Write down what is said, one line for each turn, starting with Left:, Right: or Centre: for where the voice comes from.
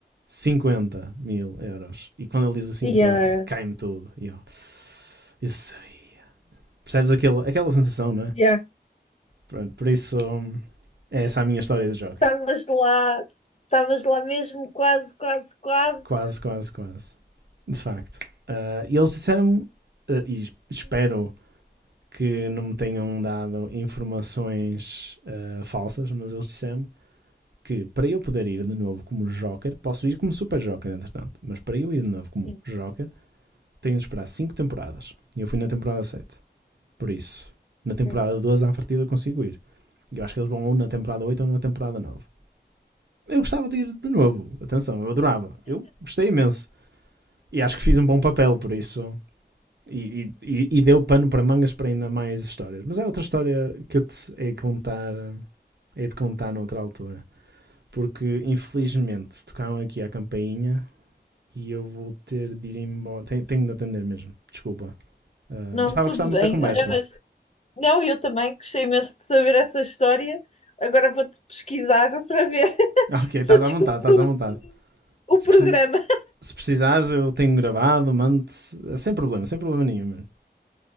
Right: 50 mil euros. E quando ele diz o cinquenta
Left: Yeah.
Right: cai-me tudo. E eu, eu sabia. Percebes aquele, aquela sensação, não é?
Left: Yeah.
Right: Pronto, por isso, hum, é essa a minha história do Joker.
Left: Estavas lá, estavas lá mesmo, quase, quase, quase.
Right: Quase, quase, quase. De facto. Ah, e eles disseram-me, ah, e espero que não me tenham dado informações ah, falsas, mas eles disseram-me que para eu poder ir de novo como Joker, posso ir como Super Joker, entretanto, mas para eu ir de novo como
Left: Sim,
Right: Joker, tenho de esperar 5 temporadas. E eu fui na temporada sete Por isso, na
Left: Ok.
Right: temporada 12 à partida eu consigo ir. Eu acho que eles vão ou na temporada 8 ou na temporada nove Eu gostava de ir de novo. Atenção, eu adorava. Eu gostei imenso. E acho que fiz um bom papel, por isso. E, e, e deu pano para mangas para ainda mais histórias. Mas é outra história que eu te hei de contar, hei de contar noutra altura. Porque, infelizmente, tocaram aqui a campainha e eu vou ter de ir embora. Tenho, tenho de atender mesmo, desculpa. Uh,
Left: Não,
Right: mas estava
Left: tudo
Right: a gostar muito
Left: bem.
Right: da conversa.
Left: Olha, mas Não, eu também gostei imenso de saber essa história. Agora vou-te pesquisar para ver <laughs>
Right: <laughs> Ok,
Left: se
Right: estás
Left: eu descubro
Right: à vontade, estás à vontade.
Left: o o
Right: Se,
Left: programa.
Right: precis- se precisares, eu tenho gravado, mando-te. Sem problema, sem problema nenhum, mano.